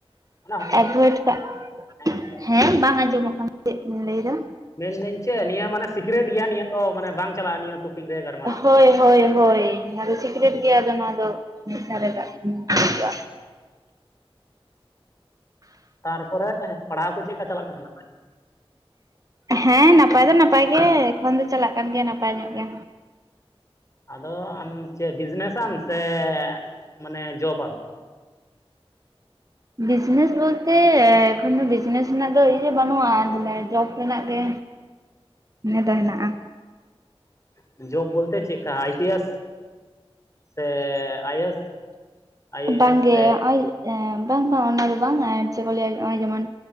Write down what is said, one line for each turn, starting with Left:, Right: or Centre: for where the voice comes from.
Left: ᱦᱳᱭ
Right: ᱮᱵᱜᱚᱭᱮᱰ ᱠᱟᱜ
Left: ᱦᱳᱭ
Right: ᱦᱮᱸ ᱵᱟᱝ ᱟᱸᱡᱚᱢᱚᱜ ᱠᱟᱱᱟ ᱪᱮᱜ ᱵᱤᱱ ᱞᱟᱹᱭ ᱫᱟ?
Left: ᱢᱮᱱ ᱫᱟᱹᱧ ᱪᱮᱜ ᱱᱤᱭᱟᱹ ᱢᱟᱱᱮ ᱥᱤᱠᱨᱮᱴ ᱜᱮᱭᱟ ᱱᱤᱭᱟᱹ ᱫᱚ ᱢᱟᱱᱮ ᱵᱟᱝ ᱪᱟᱞᱟᱜ-ᱟ ᱱᱤᱭᱟᱹᱼᱼ ᱴᱚᱯᱤᱠ ᱨᱮ ᱜᱟᱨᱼᱼ
Right: ᱦᱚᱭ ᱦᱚᱭ ᱦᱚᱭ ‌ᱦᱚᱭ ᱱᱚᱶᱟ ᱫᱚ ᱥᱤᱠᱨᱮᱴ ᱜᱮᱭᱟ ᱟᱫᱚ ᱱᱚᱣᱟ ᱫᱚ ᱢᱤᱫ
Left: ᱦᱩᱸ
Right: ᱫᱷᱟᱨᱮ ᱠᱟᱜ <inaudible>
Left: ᱛᱟᱨᱯᱚᱨᱮ ᱯᱟᱲᱦᱟᱣ ᱠᱚ ᱪᱮᱜ ᱠᱟ ᱪᱟᱞᱟᱜ ᱠᱟᱱᱟ?
Right: ᱦᱮᱸ ᱱᱟᱯᱟᱭ ᱫᱚ ᱱᱟᱯᱟᱭ ᱜᱮ ᱮᱠᱷᱚᱱ ᱫᱚ ᱪᱟᱞᱟᱜ ᱠᱟᱱ ᱜᱮᱭᱟ ᱱᱟᱯᱟᱭ ᱧᱚᱜ ᱜᱮ᱾
Left: ᱟᱫᱚ ᱟᱢ ᱪᱮᱜ ᱵᱤᱡᱽᱱᱮ ᱥᱟᱢ ᱥᱮ ᱢᱟᱱᱮ ᱡᱚᱵᱟᱢ?
Right: ᱵᱤᱡᱽᱱᱮᱥ ᱵᱚᱞᱛᱮ ᱮᱠᱷᱚᱱᱚ ᱵᱤᱡᱽᱱᱮᱥ ᱨᱮᱱᱟᱜ ᱫᱚ ᱤᱭᱟᱹ ᱵᱟᱹᱱᱩᱜ-ᱟ ᱛᱚᱦᱞᱮ ᱡᱚᱵᱽ ᱨᱮᱱᱟᱜ ᱜᱮ ᱱᱮ ᱫᱚ ᱦᱮᱸᱱᱟᱜ-ᱟ᱾
Left: ᱦᱚᱸᱻ ᱡᱚᱵᱽ ᱵᱚᱞᱛᱮ ᱪᱮᱜ ᱠᱟ ᱟᱭ ᱯᱤ ᱮᱥ? ᱥᱮ I S? I A
Right: ᱰᱟᱝᱜᱮ
Left: S ᱥᱮ
Right: ᱦᱚᱸᱜ-ᱚᱭᱼᱼ ᱮᱸ ᱵᱟᱝ ᱵᱟᱝ ᱚᱱᱟ ᱫᱚ ᱵᱟᱝ ᱪᱮᱜ ᱠᱚ ᱞᱟᱹᱭᱟ ᱱᱚᱸᱜ-ᱚᱸᱭ ᱡᱮᱢᱚᱱ